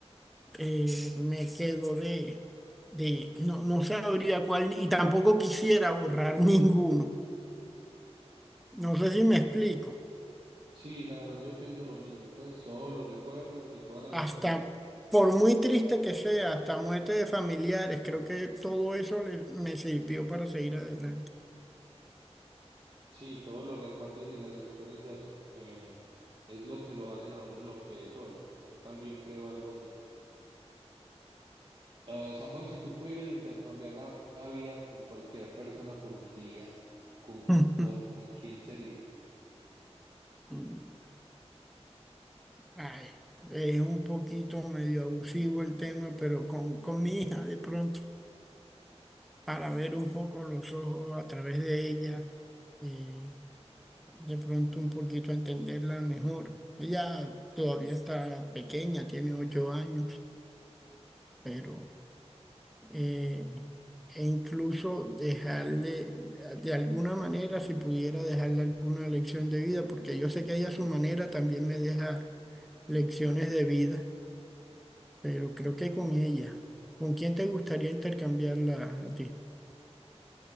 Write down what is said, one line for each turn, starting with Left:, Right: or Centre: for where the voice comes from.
Centre: eh, me quedo de, de, no, no sabría cuál, y tampoco quisiera borrar <laughs> ninguno. No sé si me explico.
Right: Sí, la verdad yo pienso lo mismo, pues todos los recuerdos y todas las
Centre: Hasta,
Right: experiencias,
Centre: por muy triste que sea, hasta muerte de familiares, creo que todo eso le- me sirvió para seguir adelante.
Right: sí, todos los recuerdos y las experiencias eh, es lo que lo hacen a uno lo que es hoy. Yo también creo algo así. Ah, Samuel, si tú pudieras intercambiar la, la vida con cualquier persona por un día, ¿con,
Centre: <laughs>
Right: cua- con quién sería?
Centre: Mm. Ay, es un poquito medio abusivo el tema, pero con, con mi hija de pronto, para ver un poco los ojos a través de ella, eh, de pronto un poquito entenderla mejor. Ella todavía está pequeña, tiene ocho años, pero eh, e incluso dejarle, de alguna manera, si pudiera dejarle alguna lección de vida, porque yo sé que ella a su manera también me deja lecciones de vida pero creo que con ella. ¿Con quién te gustaría intercambiarla a ti?